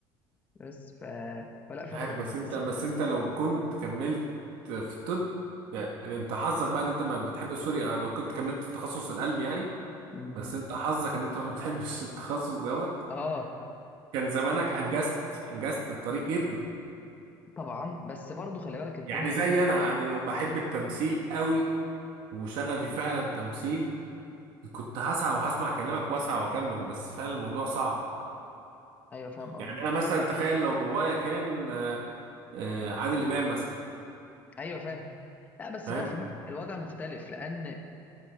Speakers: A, on the left (about 15°); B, on the right (about 60°).
A: بس ف... فلا
B: مش
A: فانا
B: عارف
A: بالنسبه
B: بس انت
A: لي السفر
B: بس انت لو كنت كملت في طب يعني انت حظك بقى ان انت ما بتحب سوري اه، لو كنت كملت في تخصص القلب يعني
A: مم.
B: بس انت حظك ان انت ما بتحبش <laughs> التخصص دوت
A: اه
B: كان زمانك انجزت انجزت الطريق جدا
A: طبعا بس برضو خلي بالك الدنيا
B: يعني زي
A: بره
B: انا انا لو بحب التمثيل قوي وشغفي فعلا تمثيل كنت هسعى وهسمع كلامك واسعى واكمل بس فعلا الموضوع صعب
A: ايوه فاهم قصدي
B: يعني انا مثلا تخيل لو بابايا كان اه، اه، عادل امام مثلا
A: ايوه فاهم لا بس
B: فاهم
A: هو في م- الوضع مختلف لان